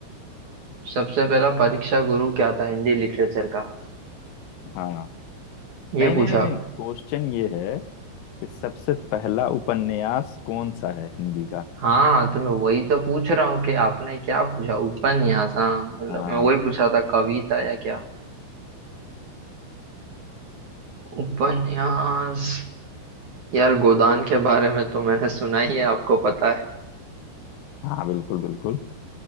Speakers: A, on the right (about 50°); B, on the left (about 85°).
A: सबसे पहला परीक्षा गुरु क्या था हिंदी लिटरेचर का
B: हाँ नहीं
A: ये
B: नहीं
A: पूछा
B: नहीं नहीं
A: आपने
B: क्वेश्चन ये है कि सबसे पहला उपन्यास कौन सा है हिंदी का
A: हाँ तो मैं वही तो पूछ रहा हूँ कि आपने क्या पूछा उपन्यास हाँ मतलब
B: हाँ
A: मैं वही पूछा था कविता या क्या उपन्यास यार गोदान के बारे में तो मैंने सुना ही है आपको पता है
B: हाँ बिल्कुल बिल्कुल